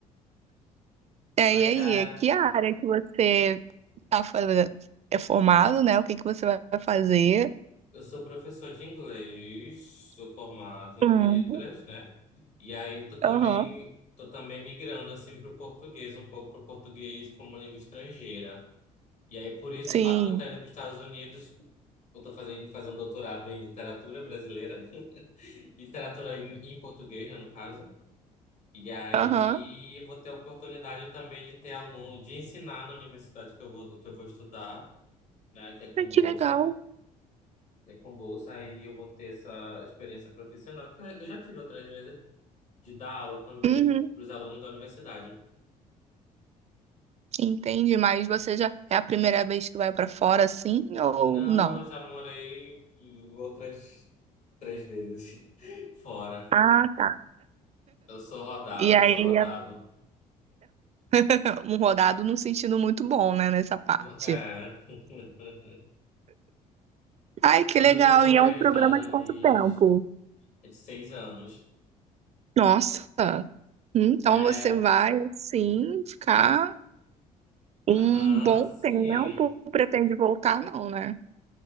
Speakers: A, on the right (about 35°); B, on the left (about 80°).
A: É,
B: Mas
A: e
B: é,
A: aí, que área que você tá fazendo? É formado, né? O que que você vai fazer?
B: eu sou professor de inglês, sou formado em
A: Hum,
B: letras, né? E aí tô também,
A: Aham,
B: tô também migrando assim para o português, um pouco para o português como língua estrangeira. E aí, por isso,
A: sim,
B: o fato de eu estar indo para os Estados Unidos, eu estou fazendo, fazer um doutorado em literatura brasileira, <laughs> literatura em, em português, né, no caso. E aí,
A: aham.
B: eu vou ter a oportunidade também de ter aluno, de ensinar na universidade que eu vou, que eu vou estudar, né, que é com
A: Ai, que
B: bolsa.
A: legal.
B: É com bolsa, aí eu vou ter essa experiência profissional, que eu eu já tive outras vezes, de dar aula também
A: Uhum,
B: para os alunos da universidade.
A: entendi, mas você já é a primeira vez que vai pra fora assim ou
B: Não,
A: não?
B: eu já morei outras três vezes <laughs> fora.
A: Ah, tá.
B: Eu sou rodado,
A: E aí,
B: eu sou rodado.
A: <laughs> um rodado num sentido muito bom, né, nessa parte.
B: É. <laughs>
A: Ai, que
B: Mas
A: legal.
B: eu já morei
A: E é um
B: nos
A: programa
B: Estados Unidos
A: de quanto tempo?
B: é de seis anos.
A: Nossa. Então
B: É,
A: você vai, assim, ficar
B: aham,
A: um bom
B: sim.
A: tempo, pretende voltar, não, né?